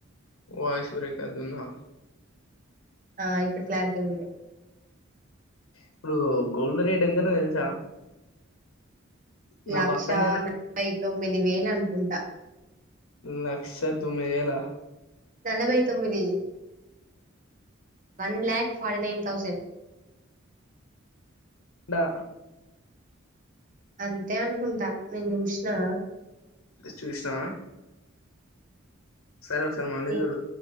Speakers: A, on the left (about 85°); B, on the right (about 40°).
A: ఐశ్వరయ కాదున్నా
B: ఆ ఇప్పుట్లాడి
A: ఇప్పుడు గోల్డ్ రేట్ ఎందనో తెలుసా నా
B: లక్ష
A: పక్కనే
B: నై క్ తొమ్మిది వేలు అనుకుంటా
A: లక్ష్య తొమ్మిది వేలా
B: నలభై తొమ్మిది one lakh forty nine thousand
A: డా
B: అంతే అనుకుంటా నీను చూసినా
A: చూసినవ సరే ఒకసారి మళ్ళీ
B: నీ
A: చూడు